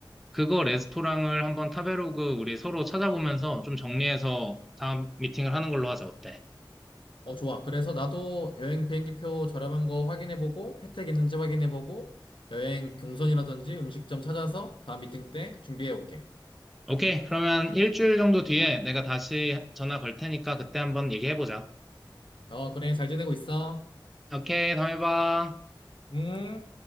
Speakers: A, in the centre; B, on the left.
A: 그거 레스토랑을 한번 타베로그 우리 서로 찾아보면서 좀 정리해서 다음 미팅을 하는 걸로 하자. 어때?
B: 어, 좋아. 그래서 나도 여행 비행기표 저렴한 거 확인해보고 혜택 있는지 확인해보고 여행 경선이라든지 음식점 찾아서 다음 미팅 때 준비해 올게.
A: 오케이. 그러면 일주일 정도 뒤에 내가 다시 전화 걸 테니까 그때 한번 얘기해보자.
B: 어, 그래. 잘 지내고 있어.
A: 오케이. 다음에 봐.
B: 음.